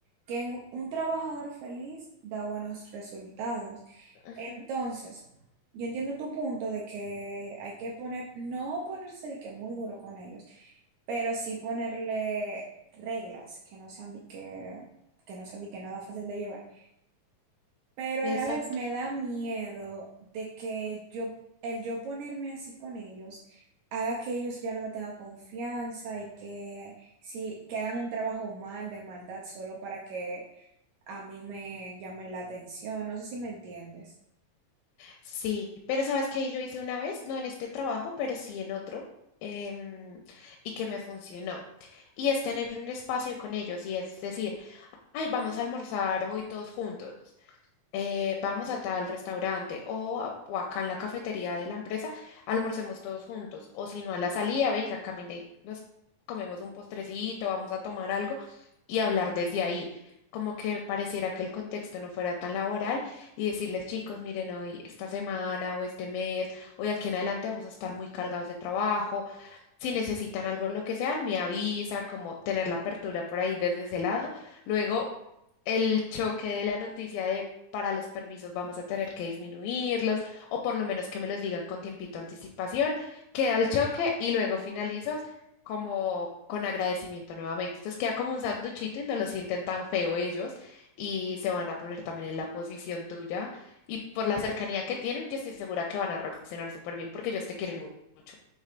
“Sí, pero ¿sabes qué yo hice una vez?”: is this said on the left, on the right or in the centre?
Left